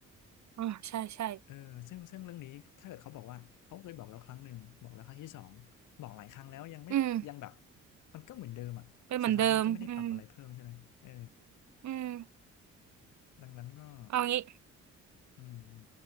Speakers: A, on the right; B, on the left.
A: อ่าใช่ใช่
B: เออซึ่งซึ่งเรื่องนี้ถ้าเกิดเขาบอกว่าเขาเคยบอกแล้วครั้งหนึ่งบอกแล้วครั้งที่สองบอกหลายครั้งแล้วยังไม่ยังแบบ
A: อืม
B: มันก็เหมือนเดิมอ่ะสุดท้ายมันก็ไม่ได้ปรับอะไรเพิ่มใช่ไหมเออ
A: เป็นเหมือนเดิมอืมอืม
B: ดังนั้นก็
A: เอางี้
B: อืมอืม